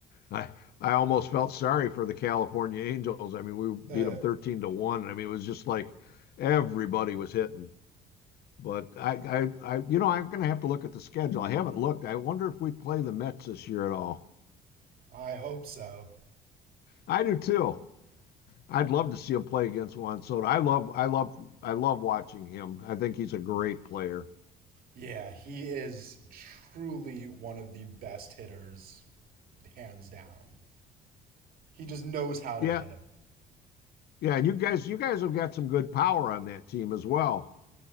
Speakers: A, on the left; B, on the right.
A: I I almost felt sorry for the California Angels. I mean, we
B: Uh,
A: beat them 13 to 1. I mean, it was just like everybody was hitting. But I, I, I you know, I'm going to have to look at the schedule. I haven't looked. I wonder if we play the Mets this year at all.
B: I hope so.
A: I do too. I'd love to see him play against Juan Soto. I love, I love, I love watching him. I think he's a great player.
B: Yeah, he is truly one of the best hitters, hands down. He just knows how
A: Yeah,
B: to hit.
A: yeah. And you guys, you guys have got some good power on that team as well.